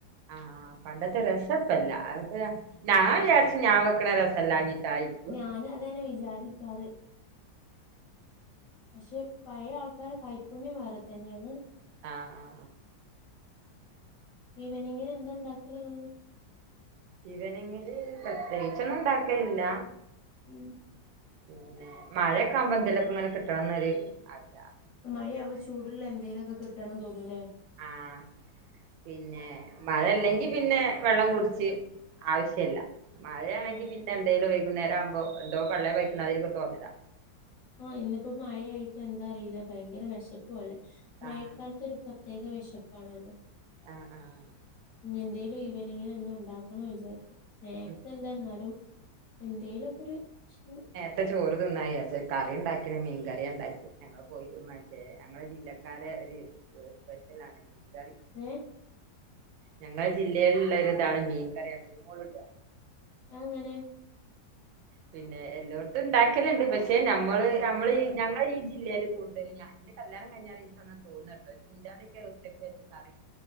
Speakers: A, on the right; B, on the left.
A: ആഹ് പണ്ടത്തെ രസപ്പല്ല അത്പതാ നാ വിചാരിച്ച് ഞാ വെക്ക്ണത് രസല്ലാഞ്ഞിട്ടായിരി
B: ഞാന് അതന്നെ വിചാരിക്കാറ് പഷെ പയെ ആൾക്കരെ കൈപ്പുണ്യം വേറെ തന്നെയാണ്
A: ആഹ് ആഹ്
B: ഇവനിങ്ങ്ല് എന്താണ്ടാക്കല് ഇങ്ങള്
A: ഇവനിങ്ങ്ല് പ്രത്യേകിച്ചൊന്നുംണ്ടാക്കലില്ല
B: ഉം
A: പിന്നെ മഴയൊക്കെ ആകുമ്പോ എന്തേലൊക്കെങ്ങനെ കിട്ടണംന്നൊരു അഗ്രഹ
B: മയ്യ അവ്മ്പോ ചൂട്ള്ള എന്തെലൊക്കെ കിട്ടണം തോന്നൂലെ
A: ആഹ് പിന്നെ മഴ ഇല്ലെങ്കി പിന്നെ വെള്ളം കുട്ച്ച് ആവിശ്യല്ല മഴണെങ്കി
B: ആഹ്
A: പിന്നെ എന്തേലും വൈഗുന്നേരായുമ്പോ എന്തോ പള്ളെ പയ്ക്ക്ണമാരിക്കെ തോന്നലാ.
B: ആഹ് ഇന്ന്പ്പോ മയആയിട്ട് എന്താ അറീല ഭയങ്കര വെശപ്പ് പോലെ മഴക്കാലത്
A: ആഹ്
B: ത്തോരു പ്രത്യേക വെശപ്പാണല്ലോ.
A: ആഹ് ആഹ്
B: ഇഞ്ഞിഎന്തേലും ഈവനിങ്ങ്ന് എന്നും ണ്ടാക്കണം വിചാരിക്കു സ്നാക്സ്
A: ഉം
B: അല്ലന്നാലും എന്തേലൊക്കൊര് ക്ഷണം.
A: ഇക്ക ചോറ് തിന്നായ പഷെ കറിണ്ടാക്കിണ് മീകറിയണ്ടാക്കിയെ ഞങ്ങൾ പോയി മറ്റേ ഞങ്ങളെ ജില്ലക്കാരെ ഒരു സ്പെഷ്യലാണ് കറി
B: ഏഹ്
A: ഞങ്ങള ജില്ലയിലള്ളരി ഇതാണ് മീൻ കറിയ മീൻ മോളിട
B: ആ എങ്ങനെ <inaudible>
A: പിന്നെ എല്ലോട്തും ഇണ്ടാക്കലണ്ട് പക്ഷെ നമ്മള് നമ്മൾ ഈ ഞങ്ങൾ ഈ ജില്ലേൽ കൂടുതലും ഞ എന്റെ കല്യാണം കഴിഞാരെ എനിക്ക്ങ്ങ തോന്നട്ടോ ചിന്താതിക്കെ ഉച്ചക്ക് വച്ചക്ക